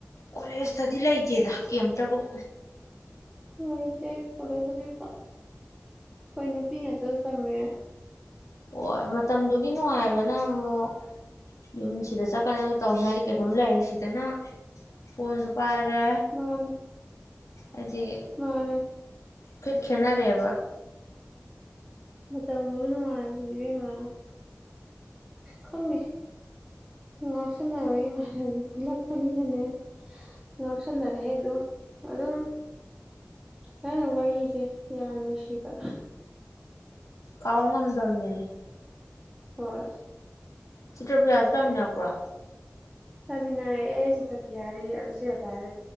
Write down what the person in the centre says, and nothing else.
ꯂꯩꯥꯏ ꯇ ꯀꯔ ꯍꯥꯏꯗꯤ ꯑꯩꯈꯣꯏ ꯅꯨꯄꯤ ꯉꯥꯛꯛꯇꯁꯨ ꯇꯝꯃꯦ
ꯃꯥꯅꯤ
ꯃꯥꯅꯦ
ꯃꯇꯝꯒꯤ ꯅꯨꯡꯉꯥꯏꯕꯗꯨꯕꯦꯝꯃ ꯈꯪꯅꯦ ꯉꯥꯎꯁꯟꯅꯕ ꯏꯃꯥꯟꯅꯕꯤ ꯄꯨꯜꯂꯛꯄꯅꯤꯅꯅꯦ ꯉꯥꯎꯁꯟꯅꯔꯛꯑꯦ ꯑꯗꯨꯝ ꯑꯗꯨꯝ ꯁꯥꯏꯅ ꯋꯥꯔꯤꯁꯦ ꯌꯥꯝ ꯅꯨꯡꯁꯤꯕ
ꯍꯣꯏ
ꯆꯥꯃꯤꯟꯅꯔꯦ ꯆꯤꯇ꯭ꯔꯄꯤ ꯍꯥꯏꯔꯤ ꯑꯗꯨ ꯆꯄ ꯍꯥꯏꯔꯦ